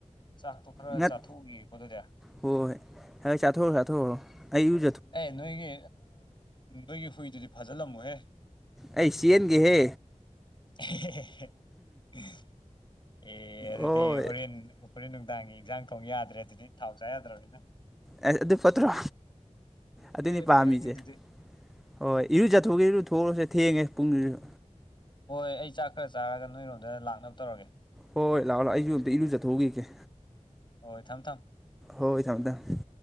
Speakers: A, on the left; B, in the centre.
A: ꯆꯥꯛꯇꯣ ꯈꯔ
B: ꯉꯠ
A: ꯆꯥꯊꯣꯛꯎꯈꯤꯒꯦ ꯑꯗꯨꯗꯤ
B: ꯍꯣꯏ ꯍꯣꯏ ꯍ ꯆꯥꯊꯣꯛꯎꯔꯣ ꯆꯥꯊꯣꯛꯎꯔꯣ ꯑꯩ ꯢꯔꯨ
A: ꯑꯦ ꯅꯣꯏꯒꯤ ꯅꯣꯏꯒꯤ ꯍꯨꯏꯗꯨꯗꯤ ꯐꯥꯖꯤꯜꯂꯝꯃꯨꯍꯦ
B: ꯑꯩ ꯆꯦꯟꯒꯦꯍꯦ
A: ꯍꯦ-ꯍꯦ-ꯍꯦ <inaudible> ꯑꯦ ꯑꯗꯨꯗꯤ
B: ꯍꯣꯏ
A: ꯍꯣꯔꯦꯟ ꯍꯣꯔꯦꯟ ꯅꯨꯡꯗꯥꯡꯒꯤ ꯏꯟꯖꯥꯡ ꯊꯣꯡ ꯌꯥꯗ꯭ꯔꯦ ꯑꯗꯨꯗꯤ ꯊꯥꯎ ꯆꯥ ꯌꯥꯗ꯭ꯔꯕꯅꯤꯅ
B: ꯑꯦꯁ ꯑꯗꯨ ꯐꯠꯇ꯭ꯔꯣ ꯑꯗꯨꯏꯅꯤ
A: ꯑꯦ
B: ꯄꯥꯝꯃꯤꯁꯦ
A: ꯐꯔꯛꯅꯤ ꯑꯗꯨꯗꯤ
B: ꯍꯣꯏ ꯏꯔꯨ ꯆꯠꯊꯣꯛꯎꯨꯒꯦ ꯏꯔꯨꯊꯣꯛꯎꯨꯔꯣꯁꯦ ꯊꯦꯡꯉꯦ ꯄꯨꯡꯗꯨꯁꯨ
A: ꯍꯣꯏ ꯑꯩ ꯆꯥꯛ ꯈꯔ ꯆꯥꯔꯒ ꯅꯣꯏꯔꯣꯝꯗ ꯂꯥꯛꯅꯕ ꯇꯧꯔꯒꯦ
B: ꯍꯣꯏ ꯍꯣꯏ ꯂꯥꯛꯑꯣ ꯂꯥꯛꯑꯣ ꯑꯩꯁꯨ ꯑꯝꯇ ꯏꯔꯨꯖꯊꯣꯛꯎꯈꯤꯒꯦ
A: ꯍꯣꯏ ꯊꯝꯃꯦ ꯊꯝ
B: ꯍꯣꯏ ꯊꯝꯃꯣ ꯊꯝ